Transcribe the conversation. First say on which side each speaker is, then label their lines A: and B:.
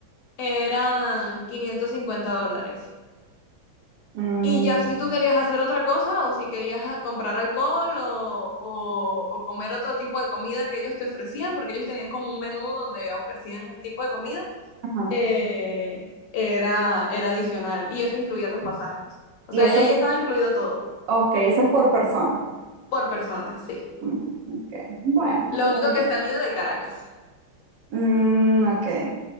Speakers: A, on the left; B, on the right.
A: eran 550 dólares.
B: Mm,
A: Y ya si tú querías hacer otra cosa o si querías ah, comprar alcohol o, o- o comer otro tipo de comida que ellos te ofrecían, porque ellos tenían como un menú donde ofrecían el tipo de comida,
B: ajá.
A: eh, era, era adicional y eso incluía los pasajes. O
B: Y
A: sea,
B: eso
A: ya
B: es,
A: ahí estaba incluido todo,
B: ok, eso es por persona.
A: por persona, sí.
B: Mm, ok, bueno,
A: Lo
B: está
A: único
B: bien.
A: que salía de Caracas.
B: Mm, ok.